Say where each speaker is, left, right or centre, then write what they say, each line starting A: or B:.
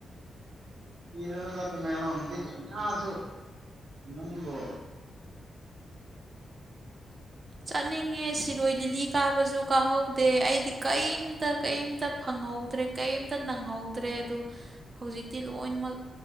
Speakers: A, on the right; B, on the right.
A: ꯍꯔꯅꯗꯇ ꯃꯦꯂ ꯎꯗꯤ ꯀ ꯌꯥꯁꯨꯣ ꯅꯪꯗ
B: ꯆꯠꯅꯤꯡꯉꯦ ꯁꯤꯔꯣꯏ ꯂꯤꯂꯤ ꯀꯥꯕꯁꯨ ꯀꯥꯍꯧꯗꯦ ꯑꯩꯗꯤ ꯀꯩꯝꯇ ꯀꯔꯤꯝꯇ ꯐꯪꯍꯧꯗ꯭ꯔꯦ ꯀꯔꯤꯝꯇ ꯅꯪꯍꯧꯗ꯭ꯔꯦ ꯑꯗꯨ ꯍꯧꯖꯤꯛꯇꯤ ꯂꯣꯏꯅꯃꯛ